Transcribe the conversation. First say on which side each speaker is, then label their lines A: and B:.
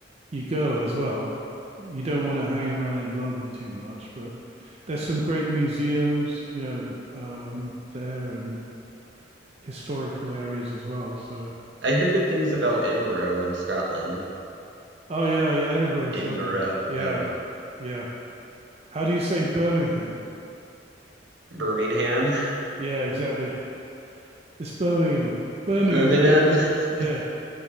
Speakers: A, on the right; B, on the right.
A: you go as well. You don't want to hang around in London too much, but there's some great museums, you know, um, there and historical areas as well. So,
B: I hear good things about Edinburgh in Scotland.
A: oh yeah, yeah, Edinburgh is
B: Edinburgh,
A: lovely. Yeah,
B: however,
A: yeah. How do you say Birmingham?
B: Birmingham,
A: Yeah, exactly. It's Birmingham. Birmingham,
B: <laughs> Birmingham.
A: mate.
B: <laughs>
A: Yeah.